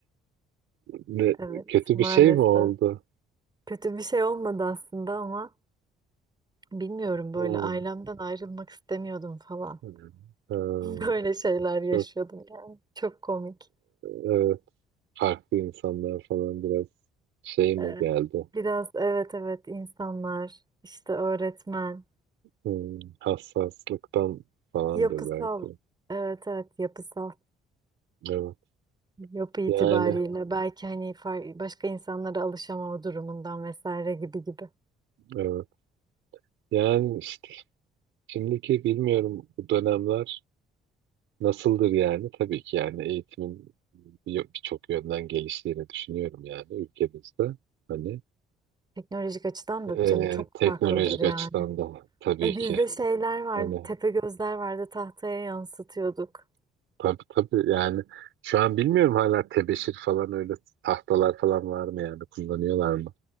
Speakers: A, on the right; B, on the right.
A: Ne,
B: Evet,
A: kötü
B: maalesef.
A: bir şey mi oldu?
B: Kötü bir şey olmadı aslında ama bilmiyorum böyle
A: Hı.
B: ailemden ayrılmak istemiyordum falan.
A: Hı. Hı.
B: <laughs> Böyle şeyler yaşıyordum
A: Çok
B: yani. Çok komik.
A: evet, farklı insanlar falan biraz şey mi
B: Ee,
A: geldi?
B: Biraz evet evet insanlar işte öğretmen
A: Hı, hassaslıktan falandır
B: yapısal
A: belki.
B: evet evet yapısal
A: Evet.
B: yapı itibariyle
A: Yani
B: belki hani far- başka insanlara alışamama durumundan vesaire gibi gibi.
A: evet. Yani işte Şimdiki bilmiyorum bu dönemler nasıldır yani. Tabii ki yani eğitimin bir- birçok yönden geliştiğini düşünüyorum yani ülkemizde. Hani
B: Teknolojik açıdan
A: e,
B: da tabii çok
A: teknolojik
B: farklıdır yani.
A: açıdan da tabii
B: E bizde
A: ki.
B: şeyler vardı,
A: Hani
B: tepe gözler vardı tahtaya yansıtıyorduk.
A: tabii tabii yani şu an bilmiyorum hala tebeşir falan öyle tahtalar falan var mı yani kullanıyorlar mı?